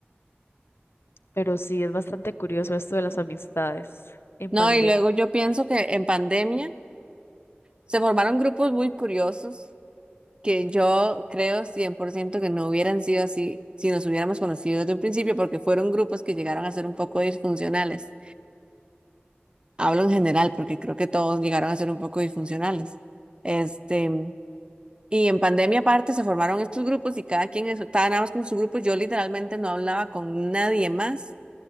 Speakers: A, on the left (about 75°); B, on the right (about 25°).
A: Pero sí, es bastante curioso esto de las amistades en
B: No,
A: pandemia.
B: y luego yo pienso que en pandemia se formaron grupos muy curiosos que yo creo 100% que no hubieran sido así si nos hubiéramos conocido desde un principio, porque fueron grupos que llegaron a ser un poco disfuncionales. Hablo en general, porque creo que todos llegaron a ser un poco disfuncionales. Este. Y en pandemia aparte se formaron estos grupos y cada quien es- estaba nada más con su grupo. Yo literalmente no hablaba con nadie más